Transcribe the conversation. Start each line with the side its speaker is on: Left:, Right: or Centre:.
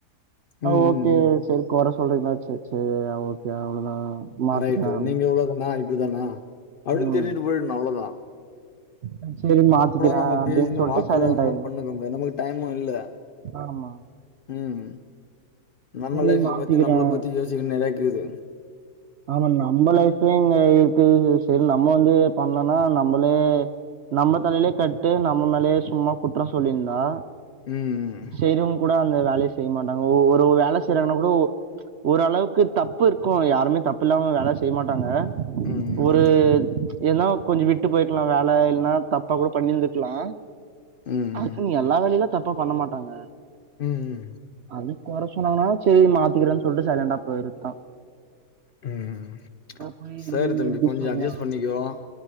Left: ம்,
Right: ஓகே
Left: ம், ம்.
Right: சரி கொற சொல்றீங்களா செரி செரி ஓகே அவ்ளோதா மாத்திக்கலாம்
Left: ரைட்டு நீங்க எவ்ளோதானா இப்டிதானா அப்டின்
Right: ம்
Left: தெரிஞ்சுட்டு போயிடுனு அவ்ளோதா
Right: ம் செரி மாத்திக்கிறே
Left: நம்ம
Right: அப்டின்
Left: பேசின
Right: சொல்ட்டு
Left: வாக்குவாதம்லாம்
Right: சைலன்ட் ஆயிடுனு
Left: பண்ணிக்க முடியாது. நமக்கு டைமும் இல்ல.
Right: ஆமா
Left: ம் நம்ம
Right: சரி
Left: லைஃப
Right: மாத்திக்கிறேன்
Left: பத்தி நம்பள பத்தி யோசிக்கணு நெறையா இக்குது
Right: ஆமா நம்ம லைப்லயே இங்க இருக்கு சரி நம்ம வந்து பண்ணோம்னா நம்பளே நம்ம தலையிலே கட்டு நம்ம மேலேயே சும்மா குற்ற சொல்லிருந்தா
Left: ம்,
Right: செய்றவங்க கூட அந்த வேலய செய்ய மாட்டாங்க ஒ ஒரு வேல செய்யறாங்கன்னா கூட ஓ ஓரளவுக்கு தப்புருக்கு யாருமே தப்புல்லாம வேல செய்ய மாட்டாங்க
Left: ம்,
Right: ஒரு ஏன்னா கொஞ்ச விட்டு போய்ருக்கலா வேல இல்ன்னா தப்பா கூட பண்ணிருந்துக்கலா
Left: ம், ம்,
Right: அ க்குன் எல்லா வேலையிலா தப்பா பண்ண மாட்டாங்க
Left: ம் ம்
Right: அதுக் கொற சொன்னாங்கன்னா செரி மாத்திக்கிறன் சொல்ட்டு சைலண்டா போயிருதான்
Left: ம்
Right: போய்
Left: செரி
Right: நீங்க
Left: தம்பி
Right: எப்படி
Left: கொஞ்சோ
Right: சொல்லலாம்
Left: அட்ஜஸ் பண்ணிக்கோ